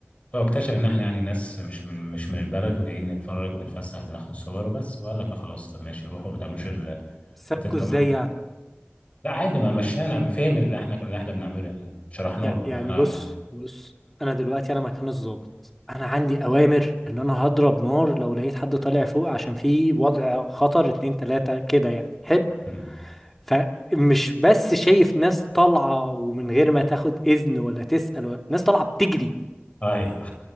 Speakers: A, on the left; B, in the centre.
A: فاكتشف ان احنا يعني ناس مش من مش من البلد وجايين نتفرج ونتفسح وناخد صور وبس وقال لك خلاص طب ماشي روحوا ما تعملوش ال...
B: سابكو
A: ما تتلم...
B: ازاي يعني
A: لا عادي ما مشينا فاهم اللي احنا اللي احنا بنعمله يعني شرحنا
B: يع-
A: له
B: يعني
A: انا احنا
B: بص بص انا دلوقتي انا مكان الضابط انا عندي اوامر ان انا هضرب نار لو لقيت حد طالع فوق عشان في وضع خطر اتنين تلاتة كده يعني حلو
A: مم.
B: فمش بس شايف ناس طالعة ومن غير ما تاخد اذن ولا تسأل ولا ناس طالعة بتجري
A: ايوه